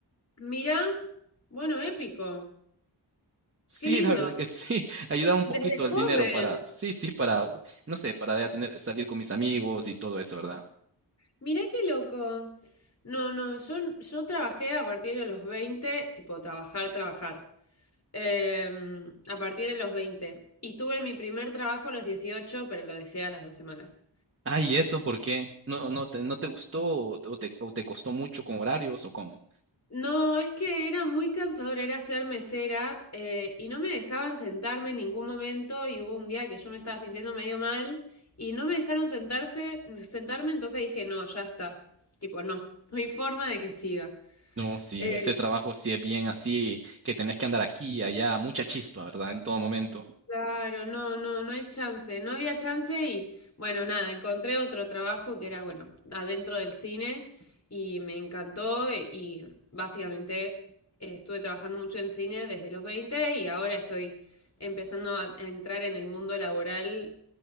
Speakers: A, on the left; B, on the right.
A: Mirá. Bueno, épico.
B: Sí,
A: Qué lindo.
B: la verdad que sí, <laughs> ayudaba un
A: Desde
B: poquito el
A: joven.
B: dinero para, sí, sí, para, no sé, para ya tener, salir con mis amigos y todo eso, ¿verdad?
A: Mirá qué loco. No, no, yo, yo trabajé a partir de los 20, tipo trabajar, trabajar. Em, a partir de los veinte Y tuve mi primer trabajo a los 18 pero lo dejé a las dos semanas.
B: Ah, ¿y eso por qué? ¿No, no te, no te gustó o te, o te o te costó mucho con horarios o cómo?
A: No, es que era muy cansador, era ser mesera eh, y no me dejaban sentarme en ningún momento y hubo un día que yo me estaba sintiendo medio mal y no me dejaron sentarse, sentarme, entonces dije, no, ya está. Tipo, no, no hay forma de que siga.
B: No, sí,
A: Eh,
B: ese trabajo sí es bien así, que tenés que andar aquí y allá, mucha chispa, ¿verdad? En todo momento.
A: Claro, no, no, no hay chance, no había chance y bueno, nada, encontré otro trabajo que era, bueno, adentro del cine y me encantó e- y básicamente eh, estuve trabajando mucho en cine desde los 20 y ahora estoy empezando a, a entrar en el mundo laboral